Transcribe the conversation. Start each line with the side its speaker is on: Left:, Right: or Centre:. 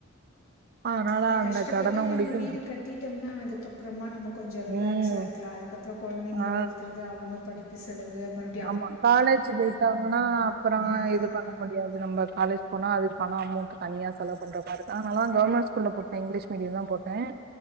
Right: அதனால
Left: அது கஷ்டப்பட்டு
Right: அந்த கடன
Left: நம்ம
Right: முடிக்க
Left: வீடு கட் கட்டிட்டோம்னா அதுக்கப்புறமா நம்ம கொஞ்சம் ரிலாக்ஸா
Right: ம்
Left: இருக்கலா அதுக்கப்புறம் கொழந்தைங்கள
Right: ஆ
Left: வளர்த்துற து அவுங்க படிப்பு செலவு மறு
Right: ஆமா காலேஜ் போயிட்டாங்கன்னா அப்புறோ
Left: ம்
Right: இது
Left: ம்
Right: பண்ண முடியாது நம்ம காலேஜ் போனா அதுகான அமொண்ட் தனியா செலவு பண்ற மாரி இருக்கு அதனாலதான் கவர்மெண்ட் ஸ்கூல்ல போட் நா இங்கிலீஷ் மீடியம் தான் போட்டேன்